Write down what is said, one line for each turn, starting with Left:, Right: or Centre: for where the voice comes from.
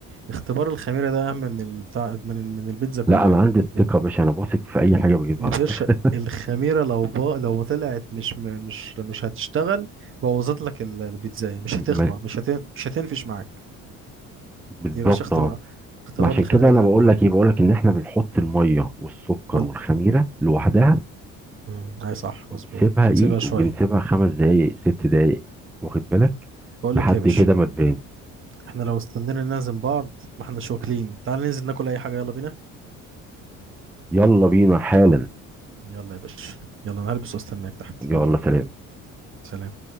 Right: اختبار الخميرة ده اهم من البتاع من ال- من البيتزا كلها
Centre: لا انا عندي الثقه
Right: لا
Centre: يا باشا انا بثق في
Right: لا.
Centre: اي حاجه بجيبها
Right: يا
Centre: على
Right: باشا
Centre: فكره
Right: الخميرة لو با... لو طلعت مش م- مش مش هتشتغل بوظت لك ال- البيتزا مش هتخمر
Centre: ما-
Right: مش هتن... مش هتنفش معاك
Centre: بالظبط
Right: يا باشا اختبار
Centre: اه
Right: اختبار
Centre: ما عشان
Right: الخميرة
Centre: كده انا
Right: ده
Centre: بقول
Right: اهم حاجة
Centre: لك ايه بقول لك ان احنا بنحط الميه والسكر
Right: ولا
Centre: والخميره لوحدها
Right: امم اي صح
Centre: ونسيبها
Right: مظبوط ونسيبها
Centre: ايه
Right: شوية
Centre: وبنسيبها خمس دقائق ست دقائق واخد بالك
Right: بقول
Centre: لحد
Right: لك يا باشا
Centre: كده ما تبان
Right: احنا لو استنينا نعزم بعض ما احنا مش واكلين تعال ننزل ناكل اي حاجة يلا بينا
Centre: يلا بينا حالا
Right: يلا يا باشا يلا انا هلبس واستناك تحت
Centre: يلا
Right: يلا
Centre: سلام
Right: سلام